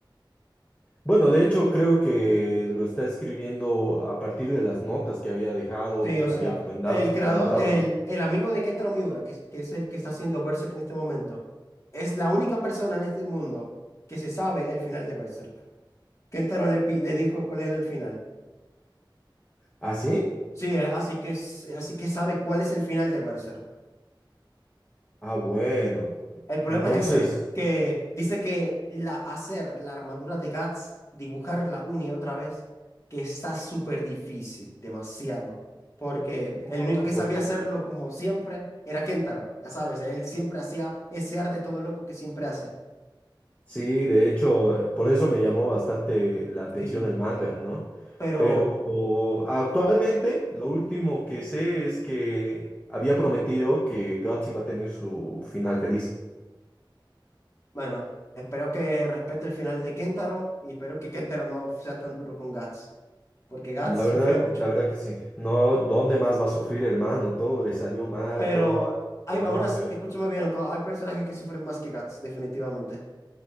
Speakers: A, on the left; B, on the left.
A: bueno, de hecho creo que lo está escribiendo a partir de las notas que había dejado,
B: Sí,
A: que
B: o
A: le
B: sea,
A: había comendado-
B: el creador,
A: comentado,
B: el,
A: ¿no?
B: el amigo de Kentaro Miura, que, es- que es el que está haciendo Berserk en este momento, es la única persona en este mundo que se sabe el final de Berserk. Kentaro le, pi- le dijo cuál era el final.
A: ¿Ah, sí?
B: Sí, eh, así que, s- así que sabe cuál es el final de Berserk.
A: Ah, bueno.
B: El problema
A: Entonces,
B: es ese, que dice que la, hacer la armadura de Guts, dibujarla una y otra vez, que está súper difícil, demasiado. Porque
A: no,
B: el único que sabía
A: pues
B: hacerlo como siempre era Kentaro, ya sabes, él siempre hacía ese arte todo loco que siempre hace.
A: sí, de hecho, eh, por eso me llamó bastante la atención
B: Sí.
A: el manga, ¿no?
B: Pero
A: Pero actualmente lo último que sé es que había prometido que Guts iba a tener su final feliz.
B: bueno, espero que respete el final de Kentaro y espero que Kentaro no sea tan duro con Guts, porque Guts
A: La
B: sufrió
A: verdad,
B: mucho.
A: la verdad que sí. No, ¿dónde más va a sufrir, hermano? Todo le salió mal,
B: Pero
A: todo va
B: hay,
A: de mal
B: aún
A: en
B: así,
A: peor.
B: escúchame bien, co- hay personajes que sufren más que Guts, definitivamente.